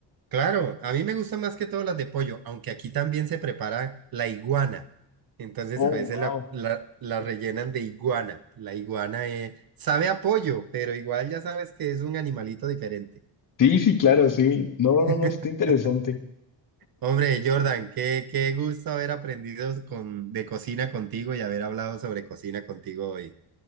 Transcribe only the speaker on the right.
claro, a mí me gustan más que todo las de pollo, aunque aquí también se prepara la iguana. Entonces
a veces
la, la, la rellenan de iguana. La iguana eh, sabe a pollo, pero igual ya sabes que es un animalito diferente.
<laughs>
Hombre, Jordan, qué, qué gusto haber aprendido con, de cocina contigo y haber hablado sobre cocina contigo hoy.